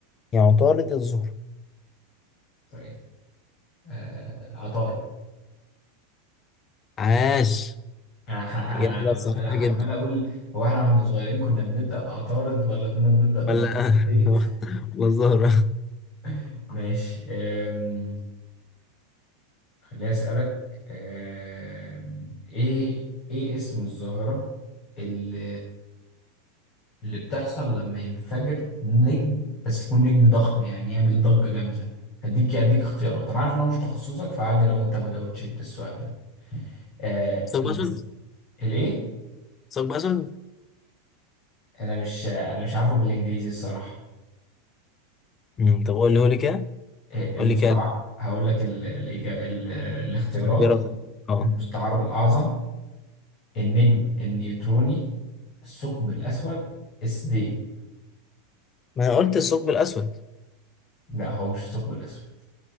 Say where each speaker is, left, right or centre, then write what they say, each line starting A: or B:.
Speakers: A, on the left (about 30°); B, on the left (about 45°).
A: يا عطارد يا الزهرة
B: طيب آه عطارد
A: عاش
B: أنا ح- أنا
A: إجابة صحيحة
B: أنا عمال
A: جدا
B: أقول هو إحنا وإحنا صغيرين كنا بنبدأ بعطارد ولا كنا بنبدأ بالزبديت
A: ولا <laughs> ولا الزهرة
B: <laughs> ماشي آم، خليني أسألك آم، إيه إيه اسم الظاهرة اللي اللي بتحصل لما ينفجر نجم بس يكون نجم ضخم يعني يعمل ضجة جامدة هديك هديك اختيارات انا عارف ان هو مش تخصصك فعادي لو انت ما جاوبتش ده السؤال ده آه
A: ثقب
B: المس-
A: أسود
B: الايه
A: ثقب أسود
B: انا مش انا مش عارفه بالانجليزي الصراحة
A: مم، طب قول لي قول لي كده
B: آه المستعار
A: قول لي كده
B: هقول لك ال... الإجا... ال... الاختيارات
A: الاختيارات اه
B: المستعر الاعظم النجم النيوتروني الثقب الاسود السديم
A: ما انا قلت الثقب الاسود
B: لا هو مش الثقب الاسود